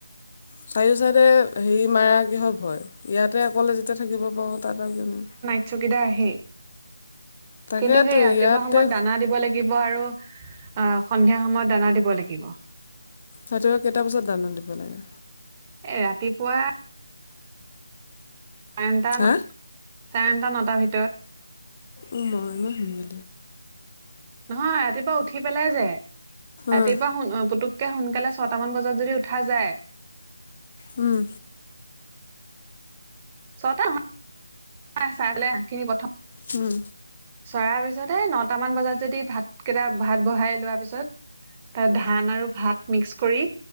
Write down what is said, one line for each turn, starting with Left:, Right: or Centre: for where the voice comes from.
Left: চাৰিও চাইডে হেৰি মাৰ কি হয় ভয় ইয়াতে অকলে যেতিয়া থাকিব পাৰোঁ তাত আৰু কিনো।
Right: চকিদাৰ আহেই
Left: তাকেতো
Right: কিন্তু সেই ৰাতিপুৱা
Left: ইয়াতে
Right: সময়ত দানা দিব লাগিবে। থাকিব আৰু অ সন্ধিয়া সময়ত দানা দিব লাগিব।
Left: ৰাতিপুৱা কেইটা বজাত দানা দিব লাগে।
Right: এ ৰাতিপুৱা। চাৰেটা
Left: হা
Right: চাৰেটা নটাৰ ভিতৰত।
Left: উম মই মই।
Right: নহয় ৰাতিপুৱা উঠি পেলাই যায় ৰাতিপুৱা
Left: অঁ
Right: সো পুুতুক। একে সোনকালে ছয়ট মান বজাত যদি উঠা যায়।
Left: উম।
Right: ছটা সাত। এ চাইলে শাকখিনি প্ৰথম।
Left: উম।
Right: চৰাইৰ পিছত হে নটামান বজাত যদি ভাতকেইটা ভাত বহাই লোৱাৰ পিছত। ধান আৰু ভাত মিক্স কৰি